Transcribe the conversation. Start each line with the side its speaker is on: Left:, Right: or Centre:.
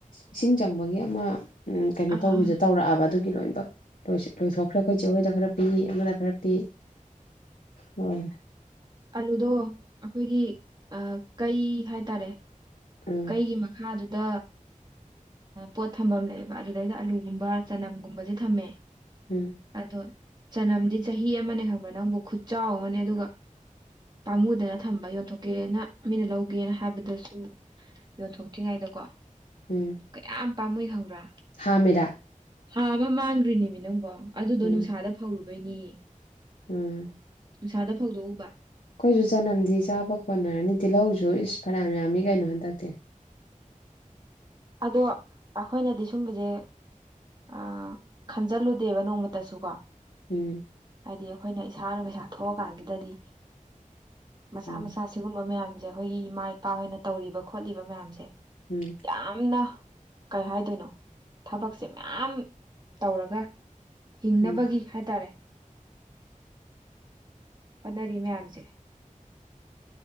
Left: ꯏꯁꯤꯡ ꯆꯪꯕꯒꯤ ꯑꯃ ꯎꯝ ꯀꯩꯅꯣ
Right: ꯑꯥ
Left: ꯇꯧꯕꯤꯁꯦ
Right: ꯑꯥ
Left: ꯇꯧꯔꯛꯑꯕ ꯑꯗꯨꯒꯤ ꯂꯣꯏꯕꯛ ꯂꯣꯏꯊꯣꯛꯈ꯭ꯔꯦ ꯑꯩꯈꯣꯏ ꯦ ꯑꯩꯣꯏꯗ ꯈꯔ ꯄꯤ ꯑꯃꯗ ꯈꯔ ꯄꯤ ꯍꯣꯏꯣꯏ
Right: ꯑꯂꯨꯗꯣ ꯑꯩꯈꯣꯏꯒꯤ ꯀꯩ ꯍꯥꯏꯇꯥꯔꯦ
Left: ꯎꯝ
Right: ꯑꯩꯒꯤ ꯃꯈꯥꯗꯨꯗ ꯄꯣꯠ ꯊꯝꯐꯝ ꯂꯩꯑꯦꯕ ꯑꯗꯨꯗꯩꯗ ꯑꯥꯂꯨꯒꯨꯝꯕ ꯆꯅꯝꯒꯨꯝꯕꯁꯦ ꯊꯝꯃꯦ
Left: ꯎꯝ
Right: ꯑꯗꯣ ꯆꯅꯝꯗꯤ ꯆꯍꯤ ꯑꯃꯅꯦ ꯈꯪꯕ꯭ꯔꯥ ꯅꯪꯕꯨ ꯈꯨꯠ ꯆꯥꯎ ꯑꯃꯅꯦ ꯑꯗꯨꯒ ꯄꯥꯝꯃꯨꯗꯅ ꯊꯝꯕ ꯌꯣꯟꯊꯣꯛꯀꯦꯅ ꯃꯤꯅ ꯂꯧꯒꯦꯅ ꯍꯥꯏꯕꯗꯁꯨ ꯌꯣꯟꯊꯣꯛꯇ꯭ꯔꯤꯉꯩꯗꯀꯣ
Left: ꯎꯝ
Right: ꯀꯌꯥꯝ ꯄꯥꯝꯃꯨꯏ ꯈꯪꯕ꯭ꯔꯥ
Left: ꯍꯥꯃꯦꯗꯥ
Right: ꯍꯥꯥ ꯑꯃ ꯃꯥꯡꯈ꯭ꯔꯤꯅꯦꯃꯤ ꯅꯪꯕꯣ ꯑꯗꯨꯗꯣ
Left: ꯎꯝ
Right: ꯅꯨꯡꯁꯥꯗ ꯐꯧꯔꯨꯕꯩꯅꯤ
Left: ꯎꯝ
Right: ꯅꯨꯡꯁꯥꯗ ꯐꯧꯗꯣꯛꯎꯕ
Left: ꯑꯩꯈꯣꯏꯁꯨ ꯆꯅꯝꯗꯤ ꯆꯥꯕ ꯈꯣꯟꯠꯅꯔꯅꯤ ꯇꯤꯜꯍꯧꯁꯨ ꯏꯁ ꯐꯅꯌꯥꯝ ꯌꯥꯝꯃꯤ ꯀꯩꯅꯣ ꯍꯟꯗꯛꯇꯤ
Right: ꯑꯗꯣ ꯑꯩꯈꯣꯏꯅꯗꯤ ꯁꯨꯝꯕꯁꯦ ꯑ ꯈꯟꯖꯜꯂꯨꯗꯦꯕ ꯅꯣꯡꯃꯇꯁꯨ ꯀꯣ
Left: ꯎꯝ
Right: ꯍꯥꯏꯗꯤ ꯑꯩꯈꯣꯏꯅ ꯏꯁꯥꯅ ꯄꯩꯁꯥ ꯊꯣꯛꯑꯀꯥꯟꯁꯤꯗꯗꯤ
Left: ꯎꯝ
Right: ꯃꯆꯥ ꯃꯆꯥ ꯁꯤꯒꯨꯝꯕ ꯃꯌꯥꯝꯁꯦ ꯑꯩꯈꯣꯏꯒꯤ ꯏꯃꯥ ꯏꯄꯥꯍꯣꯏꯅ ꯇꯧꯔꯤꯕ ꯈꯣꯠꯂꯤꯕ ꯃꯌꯥꯝꯁꯦ
Left: ꯎꯝ
Right: ꯌꯥꯝꯅ ꯀꯩ ꯍꯥꯏꯗꯣꯏꯅꯣ ꯊꯕꯛꯁꯦ ꯃꯌꯥꯝ ꯇꯧꯔꯒ ꯍꯤꯡꯅꯕꯒꯤ
Left: ꯎꯝ
Right: ꯍꯥꯏꯇꯥꯔꯦ ꯍꯣꯠꯅꯔꯤ ꯃꯌꯥꯝꯁꯦ